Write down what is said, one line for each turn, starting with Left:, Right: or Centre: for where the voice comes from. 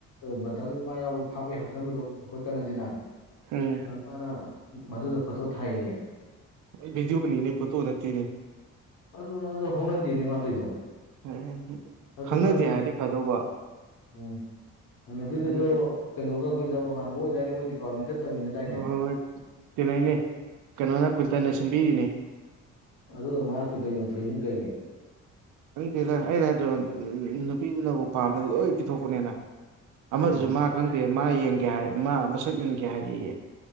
Left: ꯕꯇꯜ ꯃꯥ ꯌꯥꯎꯕ ꯐꯥꯕꯩ ꯍꯥꯞꯆꯟꯕꯗꯣ ꯈꯣꯏ ꯀꯅꯖꯤꯠꯅ
Right: ꯎꯝ
Left: ꯑꯗ ꯃꯥꯅ ꯃꯗꯨꯗ ꯐꯣꯇꯣ ꯊꯥꯏꯑꯌꯦ
Right: ꯕꯤꯗꯤꯑꯣ ꯅꯤꯅꯦ ꯐꯣꯇꯣ ꯅꯠꯇꯦꯅꯦ
Left: ꯑꯗꯨꯅ ꯑꯗꯨ ꯍꯧꯅꯗꯦꯅꯦ ꯃꯥ ꯇꯧꯏꯗꯣ
Right: <unintelligible>
Left: ꯐꯖꯨ ꯐꯠꯇ꯭ꯔꯖꯨ
Right: ꯍꯥꯏꯔꯗꯤ ꯐꯗꯧꯕ
Left: ꯎꯝ ꯅꯨꯄꯤꯗꯨꯖꯨ
Right: ꯍꯣꯏ
Left: ꯀꯩꯅꯣꯒ ꯀꯣꯏꯟꯗ ꯃꯃꯥꯅꯕ ꯑꯣꯏꯗꯥꯏꯅꯦ ꯃꯣꯏ ꯗꯤꯄꯥꯔꯃꯦꯟꯗ ꯇꯝꯃꯤꯟꯅꯗꯥꯏꯅꯦ
Right: ꯍꯣꯏ ꯇꯤꯟꯅꯩꯅꯦ ꯀꯩꯅꯣꯅ ꯀꯨꯏꯟꯇꯟꯅ ꯁꯤꯟꯕꯤꯔꯤꯅꯦ
Left: ꯑꯗꯨꯒ ꯃꯥ ꯀꯨꯏꯟꯇꯟ ꯌꯣꯟꯊꯣꯏꯖꯤꯅ ꯀꯩꯒꯤ
Right: ꯈꯪꯗꯦꯗ ꯑꯩꯅ ꯍꯥꯏꯗ꯭ꯔꯣ ꯅꯨꯄꯤꯗꯨꯅꯕꯨ ꯄꯥꯝꯃꯗꯤ ꯂꯣꯏ ꯄꯤꯊꯣꯛꯄꯅꯦꯅ ꯑꯃꯗꯨꯖꯨ
Left: ꯎꯝ
Right: ꯃꯥ ꯈꯪꯗꯦ ꯃꯥ ꯌꯦꯡꯒꯦ ꯍꯥꯏ ꯃꯥ ꯃꯁꯛ ꯌꯦꯡꯒꯦ ꯍꯥꯏꯔꯛꯑꯦꯌꯦ